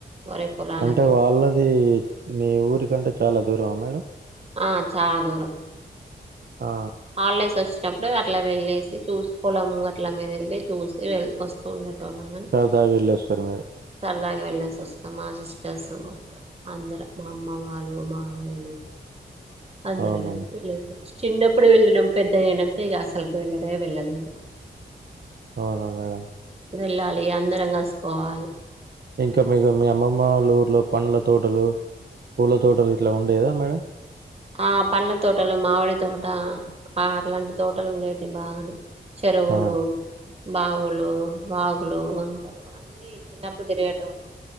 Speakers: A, on the right; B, on the right.
A: వరి పొలాలకి
B: అంటే వాళ్ళదీ మీ ఊరి కంటే చాలా దూరమా మేడమ్
A: ఆ చాలా దూరం
B: ఆ
A: ఆల్దేస్ వచ్ చెప్పలేదు అట్లా వెళ్ళేసి చూసి పొలం గట్ల మీద వెళ్ళి చూసి వెల్తూ వస్తూ ఉంటాం. ట్టోనన్ననీ
B: సరదాగా వెళ్ళొస్తారు మీరు
A: సరదాగా వెళ్ళేసి వస్తుంది మా సిస్టర్సు అందరం మా అమ్మ వాళ్ళు మామయలూ అందరియి
B: అవునా
A: గలిపి లేపోచ్చు చిన్నప్పుడు వెళ్ళినం పెద్దగ ఐనంక అసల్కె వెళ్ళటమే వెళ్ళలేదు
B: అవునా మేడమ్
A: వెళ్ళాలీ అందరం గలిసి కోవాలి
B: ఇంకా మీకు మీ అమ్మమ్మ వాళ్ళ ఊర్లో పండ్ల తోటలూ, పూల తోటలు గిట్లా ఉండేదా మేడమ్.
A: ఆ పండ్ల తోటలు మావిడి తోటా ఆ అట్లాంటి తోటలు ఉండేటివి బాగనే చెరువులూ
B: ఆ
A: బావులూ వాగులూ వంకలూ అన్ని చిన్నప్పుడు తిరిగేటోడు